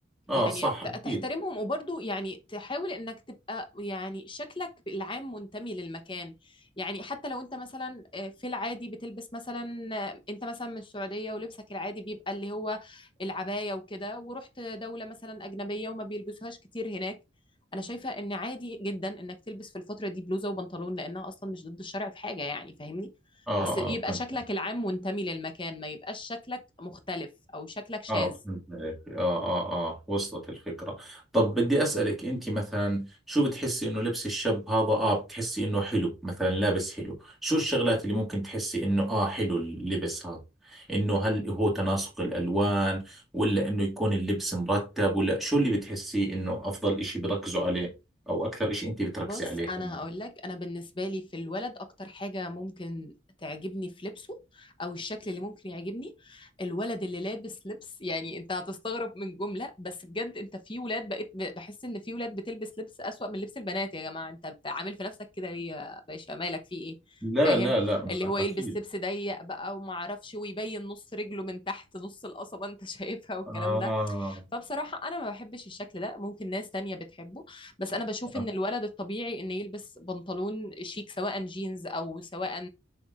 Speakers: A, in the centre; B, on the left.
A: اه
B: يعني
A: صح
B: ت-
A: اكيد
B: تحترمهم وبرضه يعني تحاول انك تبقى يعني شكلك العام منتمي للمكان يعني حتى لو انت مثلا آه، في العادي بتلبس مثلا آه، انت مثلا من السعودية ولبسك العادي بيبقى اللي هو العباية وكده ورحت دولة مثلا أجنبية وما بيلبسوهاش كتير هناك انا شايفة ان عادي جدا انك تلبس في الفترة دي بلوزة وبنطلون لانها اصلا مش ضد الشرع في حاجة يعني فاهمني
A: اه
B: بس يبقى
A: اه فهمت
B: شكلك العام منتمي للمكان ما يبقاش شكلك مختلف او شكلك شاذ
A: اه فهمت عليك اه اه اه وصلت الفكرة طب بدي أسألك انت مثلا شو بتحسي انه لبس الشاب هذا اه بتحسي انه حلو مثلا لابس حلو شو الشغلات اللي ممكن تحسي انه اه حلو اللبس هذا انه هل هو تناسق الألوان ولا انه يكون اللبس مرتب ولا شو اللي بتحسي انه افضل اشي بركزوا عليه او اكثر اشي انت بتركزي
B: بص
A: عليه
B: انا
A: خلينا
B: هقول لك انا بالنسبه لي في الولد اكتر حاجه ممكن تعجبني في لبسه او الشكل اللي ممكن يعجبني الولد اللي لابس لبس يعني انت هتستغرب من جمله بس بجد انت في ولاد بقيت ب- بحس ان في ولاد بتلبس لبس اسوأ من لبس البنات يا جماعه انت بت- عامل في نفسك كده ليه يا باشا مالك في ايه
A: لا
B: فاهم
A: لا لا ما-
B: اللي هو يلبس
A: اكيد
B: لبس ضيق بقى وما اعرفش ويبين نص رجله من تحت نص القصبه انت <laughs> شايفها والكلام
A: اه
B: ده فبصراحة أنا ما بحبش الشكل ده ممكن ناس تانية بتحبه بس أنا بشوف
A: اه,
B: إن الولد الطبيعي إن يلبس بنطلون شيك سواء جينز أو سواء